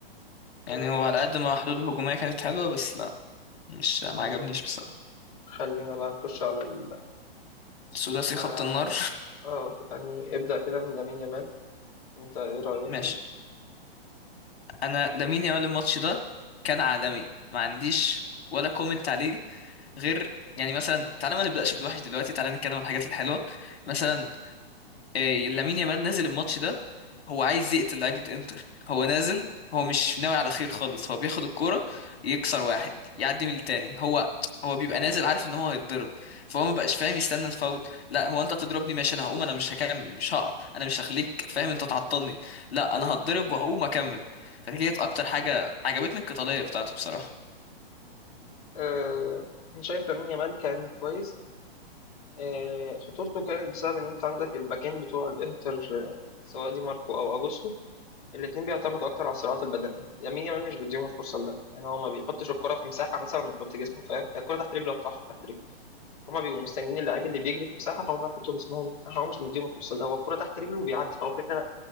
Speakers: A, on the left; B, on the left.
A: يعني
B: آه
A: هو
B: ماشي
A: على قد ما حلوله الهجومية كانت حلوة بس لا مش ما
B: ماشي
A: عجبنيش بصراحة
B: خلينا بقى نخش على ال
A: ثلاثي
B: على
A: خط النار
B: اه يعني ابدأ كده من لامين يامال انت ايه رأيك
A: <laughs> ماشي
B: فيه؟
A: انا لامين يامال الماتش ده كان عالمي ما عنديش ولا كومنت عليه غير يعني مثلا تعالى ما نبداش بالوحش دلوقتي تعالى نتكلم عن الحاجات الحلوه مثلا آه، لامين يامال نزل الماتش ده هو عايز يقتل لعيبة انتر هو نازل هو مش ناوي على خير خالص هو بياخد الكرة يكسر واحد يعدي من التاني هو هو بيبقى نازل عارف ان هو هيتضرب فهو ما بقاش فاهم يستنى الفاول لا هو انت هتضربني ماشي انا هقوم انا مش هكمل مش هقع انا مش هخليك فاهم انت تعطلني لا
B: أيوة
A: انا هتضرب وهقوم اكمل فدي كانت اكتر حاجة عجبتني القتالية بتاعته بصراحة
B: آه أنا شايف لامين يامال كان كويس آه خطورته كانت بسبب إن أنت عندك الباكين بتوع الإنتر آه، سواء دي ماركو أو أجوستو الاتنين بيعتمدوا أكتر على الصراعات البدنية لامين يامال مش بيديهم الفرصة لده يعني هو ما بيحطش الكرة في مساحة مثلا ويحط جسمه فاهم الكرة تحت رجله ما بتطلعش تحت رجله هما بيبقوا مستنيين اللعيب اللي بيجري في مساحة فهم يحطوا جسمهم وبتاع هو مش مديهم الفرصة ده هو الكرة تحت رجله وبيعدي فهو كده كده